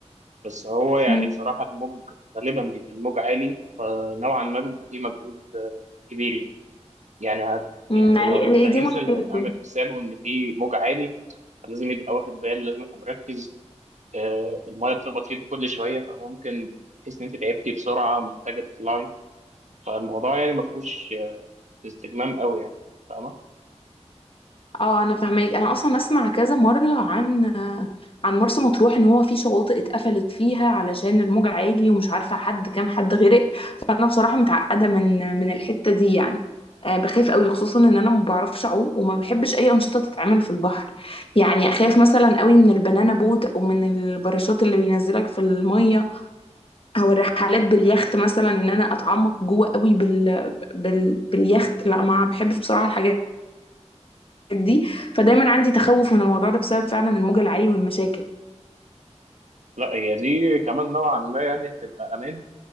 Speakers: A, on the right; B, on the left.
A: بس هو يعني
B: مم.
A: بصراحة الموج غالبا بيبقى الموج عالي فنوعا ما بيبقى فيه مجهود آه، كبير يعني. يعني هت
B: مم،
A: يعني
B: يعني
A: لو حد
B: هي
A: هينزل
B: دي مشكلته
A: هيبقى عامل حسابه ان في موج عالي فلازم يبقى واخد باله لازم يبقى مركز آه المايه بتخبط فيك كل شويه فممكن تحس ان انت تعبتي بسرعه محتاجه تطلعي فالموضوع يعني ما فيهوش آه، استجمام قوي يعني فاهمه
B: اه انا فاهماك انا اصلا اسمع كذا مره عن عن مرسى مطروح ان هو في شواطئ اتقفلت فيها علشان الموج عالي ومش عارفه حد كام حد غرق فانا بصراحه متعقده من من الحته دي يعني آه، بخاف قوي خصوصا ان انا ما بعرفش اعوم وما بحبش اي انشطه تتعمل في البحر يعني اخاف مثلا قوي من البنانا بوت او من الباراشوت اللي بينزلك في الميه او الرحلات باليخت مثلا ان انا اتعمق جوه قوي بال... بال... باليخت لا ما بحبش بصراحه الحاجات دي فدايما عندي تخوف من الموضوع ده بسبب فعلا الموج العالي والمشاكل
A: لا هي دي كمان نوعا ما يعني هتبقى امان